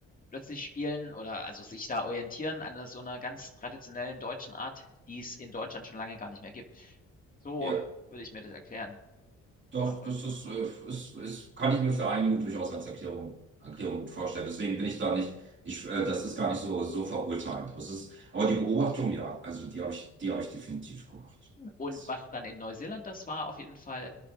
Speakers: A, on the left; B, on the right.
A: plötzlich spielen oder also sich da orientieren an so einer ganz traditionellen deutschen Art, die es in Deutschland schon lange gar nicht mehr gibt. So
B: Ja.
A: würde ich mir das erklären,
B: Doch,
A: aber
B: das ist, äh, ist, ist, kann ich mir für einige durchaus als Erklärung, Erklärung gut vorstellen.
A: ja.
B: Deswegen bin ich da nicht, ich, äh, das ist gar nicht so, so verurteilend. Das ist, aber die Beobachtung, ja, also die habe ich, die habe ich definitiv gemacht.
A: Und
B: Das,
A: was dann in Neuseeland das war, auf jeden Fall,